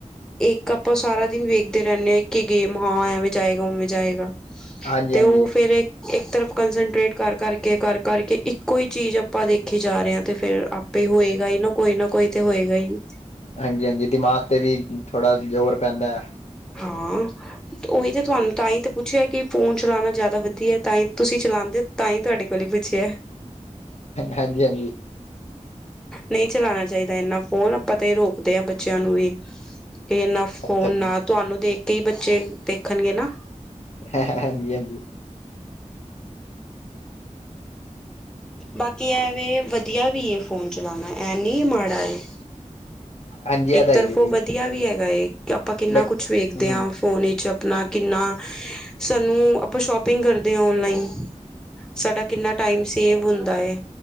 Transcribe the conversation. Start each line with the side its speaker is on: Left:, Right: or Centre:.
Centre: ਇੱਕ ਆਪਾਂ ਸਾਰਾ ਦਿਨ ਵੇਖਦੇ ਰੈਨੇ ਆ, ਇਕੀ ਗੇਮ ਹਾਂ, ਐਵੇਂ ਜਾਏਗਾ ਓਵੇਂ ਜਾਏਗਾ
Left: ਹਾਂਜੀ
Centre: ਤੇ ਓ
Left: ਹਾਂਜੀ
Centre: ਫੇਰ ਏਕ, ਏਕ ਤਰਫ ਕੰਸਟ੍ਰੇਟ ਕਰ ਕਰਕੇ, ਕਰ ਕਰਕੇ ਇੱਕੋ ਈ ਚੀਜ ਅ ਆਪਾਂ ਦੇਖੀ ਜਾ ਰੇ ਆਂ, ਤੇ ਫੇਰ ਆਪੇ ਹੋਏਗਾ ਈ ਨਾ ਕੋਈ ਨਾ ਕੋਈ ਤੇ ਹੋਏਗਾ ਈ।
Left: ਹਾਂਜੀ, ਹਾਂਜੀ ਦਿਮਾਗ ਤੇ ਵੀ, ਥੋੜਾ ਜੋਰ ਪੈਂਦੈ।
Centre: ਹਾਂ ਓਈ ਤੇ ਤੁਹਾਨ ਤਾਂ ਈ ਤੇ ਪੁੱਛੇਆ, ਕਿ ਫੋਨ ਚਲਾਨਾ ਜਾਦਾ ਵਦੀਐ ਤਾਂਈ ਤੁਸੀਂ ਚਲਾਂਦੇ ਓ? ਤਾਂਈ ਤੁਹਾਡੇ ਕੋਲੇ ਈ ਪੁੱਛੇਐ।
Left: ਹਾਂਜੀ, ਹਾਂਜੀ।
Centre: ਨਈ ਚਲਾਨਾ ਚਾਈਦਾ ਏਂਨਾ ਫੋਨ, ਆਪਾਂ ਤੇ ਰੋਕਦੇ ਆਂ ਬੱਚੇਆਂ ਨੂੰ ਵੀ। ਤੇ ਏਨਾ ਫੋਨ
Left: ਅੱਛਾ ਜੀ
Centre: ਨਾ ਤੂਆਨੂ ਦੇਖ ਕੇ ਈ ਬੱਚੇ, ਦੇਖਨਗੇ ਨਾ।
Left: ਹਾਂਜੀ, ਹਾਂਜੀ।
Centre: ਬਾਕੀ ਐਵੇ, ਵਦੀਆ ਵੀ ਏ ਫੋਨ ਚਲਾਨਾ ਐਂ ਨੀ ਏ ਮਾੜਾ ਏ।
Left: ਹਾਂਜੀ ਇਹ
Centre: ਇੱਕ
Left: ਤਾਂ
Centre: ਤਰਫੋ
Left: ਹੀ ਹੈ ਜੀ
Centre: ਵਦੀਆ ਵੀ ਹੈਗਾ ਏ, ਆਪਾਂ ਕਿੰਨਾ
Left: ਬਟ
Centre: ਕੁਛ ਵੇਖਦੇ
Left: ਹਮ
Centre: ਆਂ। ਫੋਨ ਈਚ ਅਪਨਾ ਕਿੰਨਾ, ਸਾਨੂੰ ਆਪਾਂ ਸ਼ੋਪਿੰਗ ਕਰਦੇ ਆਂ ਓਨਲਾਈਨ ਸਾਡਾ ਕਿੰਨਾ ਟਾਈਮ ਸੇਵ ਹੁੰਦਾ ਏ।